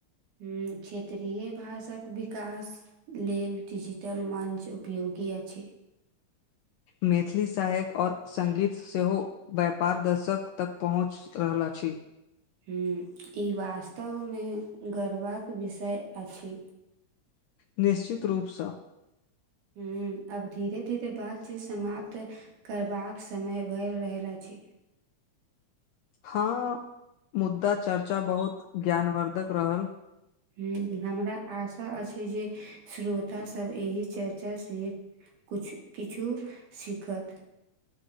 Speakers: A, on the right; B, on the left.
A: हू क्षेत्रीय भाषाके विकास लेलऽ डिजिटल मञ्च उपयोगी अ छै
B: मैथिली सहायक ओर संगीत सेहो व्यापार दशकऽ तक पहुँच रहल अछि
A: हू, ई वास्तवमे गर्वक विषय अछि।
B: निश्चित रूपसँ।
A: हू, अब धीरे धीरे बात चीत समाप्त करबाक समय भरि रहल अछि।
B: हँ, मुद्दा चर्चा बहुत ज्ञानवर्ध कऽ रहल
A: हू, हमरा आशा अछि जे श्रोता सभ एहि चर्चा से कुछु किछु सीखतऽ